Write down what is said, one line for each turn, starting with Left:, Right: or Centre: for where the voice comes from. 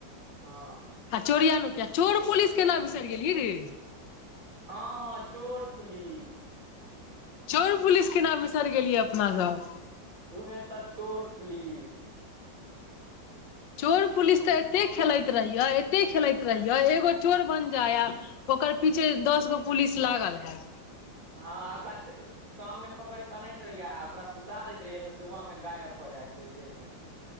Right: हँ।
Left: आ चोरिया नु किया, चोर पोलिस केना बिसरि गेलही रे।
Right: हँ -हँ चोर पुलिस।
Left: चोर पुलिस केना बिसरि गेलियै अपना सब।
Right: ओहे तऽ चोर पुलिस।
Left: चोर पुलिस तऽ एते खेलैत रहिये, एते खेलैत रहिये, एगो चोर बन जाय, आ ओकर पीछे, दस गो पुलिस लागल हैत।
Right: हँ, ओकरा शाम में पकड़ कऽ अनैत रहिय, आ ओकरा सु ता दैत रहियै तऽ, सुबह में गायब भऽ जाइत रहै जेल मे से।